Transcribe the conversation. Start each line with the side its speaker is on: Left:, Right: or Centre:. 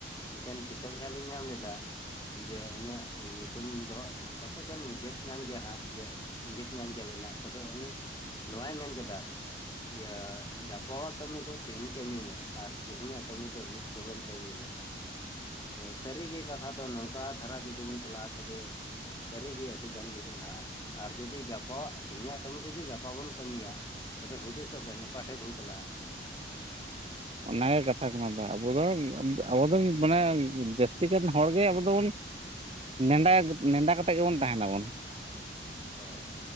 Left: ᱢᱤᱫᱴᱮᱱ ᱠᱤᱛᱟᱹᱵ ᱨᱮᱦᱟᱜ ᱞᱤᱧ ᱧᱟᱢ ᱞᱮᱫᱟ᱾ ᱡᱮ ᱩᱱᱤᱭᱟᱜ ᱧᱩᱛᱩᱢ ᱫᱚ ᱯᱟᱥᱮᱡ ᱵᱮᱱ ᱜᱮᱥᱴ ᱧᱟᱢ ᱜᱮᱭᱟ ᱦᱟᱸᱜ ᱤᱭᱟᱹ ᱤᱸᱝᱜᱤᱛ ᱧᱟᱢ ᱜᱮᱭᱟ ᱵᱤᱱ ᱱᱟᱜ, ᱛᱚᱵᱮ ᱩᱱᱤ ᱱᱚᱣᱟᱭ ᱢᱮᱱ ᱠᱮᱫᱟ ᱤᱭᱟᱹ ᱜᱟᱯᱟᱣᱟᱜ ᱠᱟᱹᱢᱤ ᱫᱚ ᱛᱮᱦᱮᱧ ᱠᱟᱹᱢᱤ ᱢᱮ ᱟᱨ ᱛᱮᱦᱮᱧᱟᱜ ᱠᱟᱹᱢᱤ ᱫᱚ ᱱᱤᱛ ᱛᱩᱨᱟᱹᱱ ᱠᱟᱹᱢᱤ ᱢᱮ᱾ ᱛᱚ ᱥᱟᱹᱨᱤᱜᱮ ᱠᱟᱛᱷᱟ ᱫᱚ ᱱᱚᱝᱠᱟ ᱫᱷᱟᱨᱟ ᱡᱩᱫᱤ ᱵᱚᱱ ᱪᱟᱞᱟᱜ-ᱟ ᱛᱚᱵᱮ ᱥᱟᱹᱨᱤ ᱜᱮ ᱟᱹᱰᱤ ᱜᱟᱱ ᱜᱮᱵᱚᱱ ᱞᱟᱦᱟᱜ-ᱟ ᱟᱨ ᱡᱩᱫᱤ ᱜᱟᱯᱟ ᱟᱜ ᱛᱮᱦᱮᱧ ᱟᱜ ᱠᱟᱹᱢᱤ ᱡᱩᱫᱤ ᱜᱟᱯᱟ ᱵᱚᱱ ᱠᱟᱹᱢᱤᱭᱟ᱾ ᱛᱚᱵᱮ ᱦᱩᱫᱤᱥ-ᱚᱜ ᱵᱮᱱ ᱚᱠᱟ ᱴᱷᱮᱱ ᱵᱚᱱ ᱪᱟᱞᱟᱜ-ᱟ᱾
Right: <unintelligible> ᱚᱱᱟᱜᱮ ᱠᱟᱛᱷᱟ ᱠᱟᱱᱟ ᱟᱫᱚ ᱟᱵᱚ ᱫᱚ ᱟᱵᱚ ᱫᱚ ᱢᱟᱱᱮ ᱡᱟᱹᱥᱛᱤ ᱠᱟᱱ ᱦᱚᱲᱜᱮ ᱟᱵᱚ ᱫᱚᱵᱚᱱ ᱱᱮᱰᱟᱭᱟ ᱱᱮᱰᱟ ᱠᱟᱛᱮᱫ ᱜᱮᱵᱚᱱ ᱛᱟᱦᱮᱸ ᱱᱟᱵᱚᱱ᱾
Left: ᱦᱳᱭ